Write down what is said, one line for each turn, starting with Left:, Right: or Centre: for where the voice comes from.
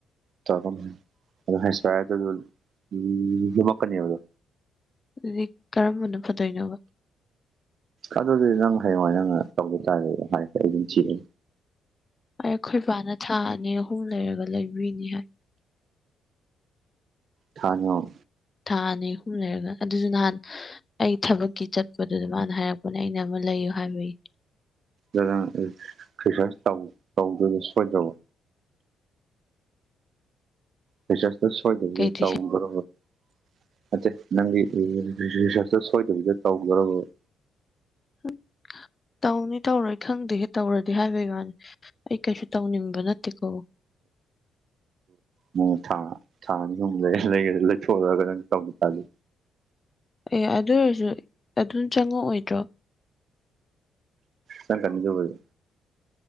Right: ꯇꯧꯔꯛꯀꯅꯤ ꯑꯗꯣ ꯍꯩꯁꯄꯌꯥꯔꯗꯖꯨ ꯂꯨ ꯂꯨ ꯂꯨꯃꯛꯀꯅꯦꯕ ꯑꯗꯣ
Left: ꯑꯗꯨꯗꯤ ꯀꯔꯝꯕꯅ ꯐꯗꯣꯏꯅꯣꯕ
Right: ꯑꯗꯨꯗꯤ ꯅꯪ ꯍꯌꯦꯡꯋꯥꯏ ꯅꯪꯅ ꯇꯧꯕ ꯇꯥꯔꯦ ꯍꯥꯏꯗꯤ ꯑꯩ ꯑꯗꯨꯝ ꯊꯤꯔꯦ
Left: ꯑꯩ ꯑꯩꯈꯣꯏ ꯕꯥꯅ ꯊꯥ ꯑꯅꯤ ꯑꯍꯨꯝ ꯂꯩꯔꯒ ꯂꯩꯕꯤꯅꯤ ꯍꯥꯏ
Right: ꯊꯥ ꯑꯅꯤ ꯑꯣ
Left: ꯊꯥ ꯑꯅꯤ ꯑꯍꯨꯝ ꯂꯩꯔꯒ ꯑꯗꯨꯖꯨ ꯅꯍꯥꯟ ꯑꯩ ꯊꯕꯛꯀꯤ ꯆꯠꯄꯗꯨꯗ ꯃꯥꯅ ꯍꯥꯏꯔꯛ ꯄꯅꯦ ꯑꯩꯅ ꯑꯃ ꯂꯩꯌꯨ ꯍꯥꯏꯕꯩ
Right: ꯑꯗꯣ ꯅꯪ ꯔꯤ ꯔꯤꯁꯔꯁ ꯇꯧ ꯇꯧꯕꯗꯨ ꯁꯣꯏꯗ꯭ꯔꯕꯣ ꯔꯤꯁꯁꯇꯣ ꯁ꯭ꯣꯏꯗꯕꯤꯗ
Left: ꯀꯩ ꯇꯨꯏꯁꯟ
Right: ꯇꯧꯗꯣꯔꯕꯣ ꯅꯠꯇꯦ ꯅꯪꯒꯤ ꯔꯤ ꯔꯤ ꯔꯤꯁꯁꯇꯣ ꯁꯣꯏꯗꯕꯤꯗ ꯇꯧꯗꯣꯔꯕꯕ
Left: <unintelligible> ꯇꯧꯅꯤ ꯇꯧꯔꯣꯏ ꯈꯪꯗꯦꯍꯦ ꯇꯧꯔꯗꯤ ꯍꯥꯏꯕꯩ ꯋꯥꯅꯤ ꯑꯩ ꯀꯩꯁꯨ ꯇꯧꯅꯤꯡꯕ ꯅꯠꯇꯦꯀꯣ
Right: ꯃꯣ ꯊꯥ ꯊꯥ ꯑꯅꯤ ꯑꯍꯨꯝ ꯂꯩ ꯂꯩꯒꯦ ꯂꯩꯊꯣꯛꯎꯔꯒ ꯅꯪ ꯇꯧ ꯇꯜꯂꯤ
Left: ꯑꯦ ꯑꯗꯨ ꯑꯣꯏꯖꯨ ꯑꯗꯨꯝ ꯆꯪꯉꯛꯑꯣꯏꯗ꯭ꯔꯣ
Right: ꯆꯪꯉꯛꯀꯅꯤ ꯑꯗꯨꯕꯨꯗꯤ